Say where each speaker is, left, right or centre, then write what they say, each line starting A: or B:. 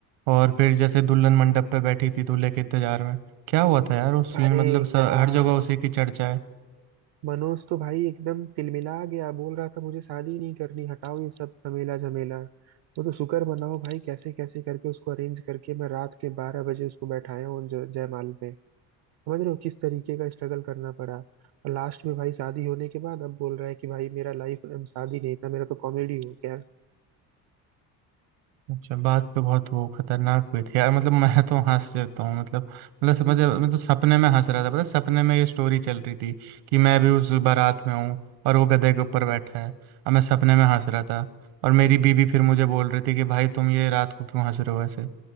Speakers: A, on the right; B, on the right.
A: और फिर जैसे दुल्हन मंडप पे बैठी थी दूल्हे के इंतजार में क्या हुआ था यार वो सीन
B: अरे
A: मतलब स-
B: यार
A: हर जगह उसी की चर्चा है
B: मनोज तो भाई एकदम तिलमिला गया बोल रहा था मुझे शादी नहीं करनी हटाओ ये सब झमेला झमेला वो तो शुक्र मनाओ भाई कैसे कैसे करके उसको अरेंज करके मैं रात के बारह बजे उसको बैठाया हूँ ज- जयमाल पे समझ रहे हो किस तरीके का स्ट्रगल करना पड़ा और लास्ट में भाई शादी होने के बाद अब बोल रहा है कि भाई मेरा लाइफ शादी नहीं था मेरा तो कॉमेडी हो गया
A: अच्छा बात तो बहुत वो खतरनाक हुई थी यार मतलब मैं तो हंस जाता हूँ मतलब मतलब समझ
B: हम्म
A: मैं तो सपने में हंस रहा था पता है, सपने में ये स्टोरी चल रही थी कि मैं भी उस बारात में हूँ और वो गधे के ऊपर बैठा है और मैं सपने में हंस रहा था और मेरी बीबी फिर मुझे बोल रही थी कि भाई तुम ये रात को क्यों हंस रहे हो ऐसे